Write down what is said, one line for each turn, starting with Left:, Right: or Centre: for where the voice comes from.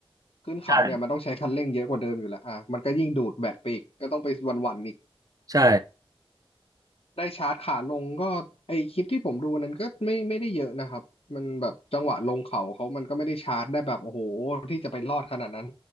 Left: ขึ้นเขาเนี่ยมันต้องใช้คันเร่งเยอะกว่าเดิมอยู่แล้วอ่ะมันก็ยิ่งดูดแบตไปอีกก็ต้องไปวันๆอีก
Right: ใช่ใช่
Left: ได้ชาร์จขาลงก็ไอคลิปที่ผมดูนั้นก็ไม่ไม่ได้เยอะนะครับมันแบบจังหวะลงเขาเขามันก็ไม่ได้ชาร์จได้แบบโอ้โหที่จะไปรอดขนาดนั้น